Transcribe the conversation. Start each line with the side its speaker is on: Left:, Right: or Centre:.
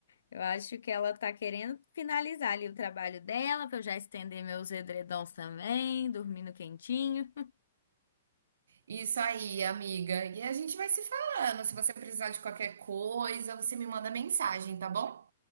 Left: Eu acho que ela tá querendo finalizar ali o trabalho dela, pra eu já estender meus edredons também, dormindo quentinho.
Right: Isso aí, amiga. E a gente vai se falando. Se você precisar de qualquer coisa, você me manda mensagem, tá bom?